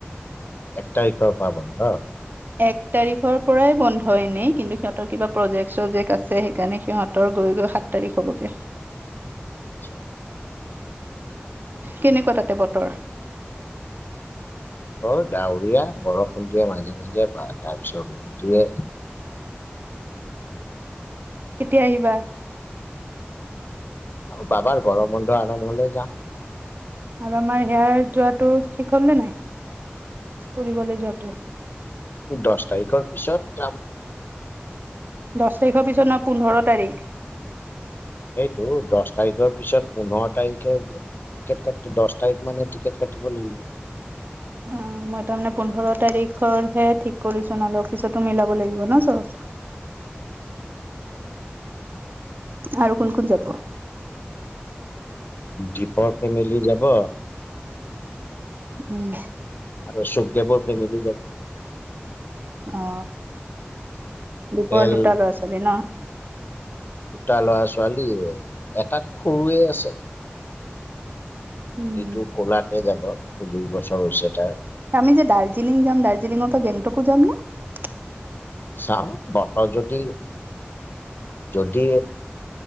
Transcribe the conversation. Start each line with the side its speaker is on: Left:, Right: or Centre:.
Left: এক তাৰিখৰ পা বন্ধ
Right: এক তাৰিখৰ পৰাই বন্ধ এনেই কিন্তু সিহঁতৰ কিবা প্ৰজেক্ট চজেক্ আছে সেইকাৰণে সিহঁতৰ গৈ গৈ সাত তাৰিখ হ'বগে।
Left: আচ্ছা
Right: কেনেকুৱা তাতে বতৰ
Left: এ ডাৱৰীয়া বৰষুণটোৱে মাজে মাজে বা তাৰপিছত ৰুমটো অ
Right: কেতিয়া আহিবা
Left: বাবাৰ গৰম বন্ধ আৰম্ভ হলে যাম
Right: আৰু আমাৰ হেয়াৰ যোৱাটো ঠিক হল নে নাই? ফুৰিবলৈ যোৱাটো
Left: দছ তাৰিখৰ পিছত যাম
Right: দছ তাৰিখৰ পিছত নহয় পোন্ধৰ তাৰিখ।
Left: সেইটো দহ তাৰিখৰ পিছত পোন্ধৰ তাৰিখে টিকট কাটি দহ তাৰিখ মানে টিকট কাটিব লাগিব।
Right: উম মই তাৰমানে পোন্ধৰ তাৰিখৰ হে ঠিক কৰিছো নহলে অফিচতো মিলাব লাগিব ন চ <unintelligible> আৰু কোন কোন যাব
Left: দীপৰ ফেমিলি যাব
Right: উম
Left: আৰু স্বদেৱৰ ফেমিলি যাব।
Right: অ
Left: টোটেল
Right: দুপৰ দু দুটা লৰা ছোৱালী ন
Left: দুটা লৰা ছোৱালী এটাতো সৰুৱে আছে।
Right: উম
Left: এইটো কলাতে যাব দুই বছৰ হৈছে তাৰ।
Right: আমি যে দাৰ্জিলিং যাম দাৰ্জিলিঙৰ পৰা গেংটকু যাম নে
Left: চাও বতৰ যদি, যদি